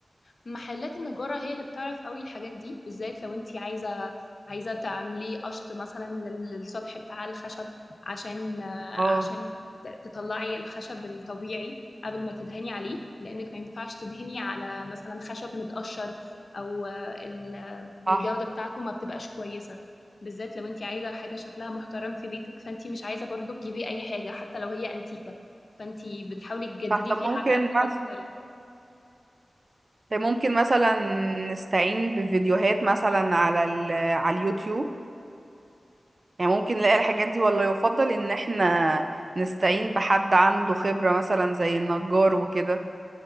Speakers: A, on the left (about 65°); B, on the right (about 55°).
A: محلات النجارة هي اللي بتعرف قوي الحاجات دي بالذات لو انتي عايزة عايزة تعملي قشط مثلا لل- للسطح بتاع الخشب عشان آه،
B: اه
A: عشان ت- تطلعي الخشب الطبيعي قبل ما تدهني عليه لأنك ما ينفعش تدهني على مثلا خشب متقشر أو آه، ال-
B: صح
A: الجودة بتاعته ما بتبقاش كويسة بالذات لو انتي عايزة حاجة شكلها محترم في بيتك فانتي مش عايزة برضو تجيبي أي حاجة حتى لو هي أنتيكة فانتي بتحاولي تجددي
B: صح طب
A: فيها
B: ممكن
A: على قد ما
B: مثلا
A: تقدري
B: ممكن مثلا نستعين بفيديوهات مثلا على ال... على اليوتيوب يعني ممكن نلاقي الحاجات دي ولا يفضل ان احنا نستعين بحد عنده خبرة مثلا زي النجار وكده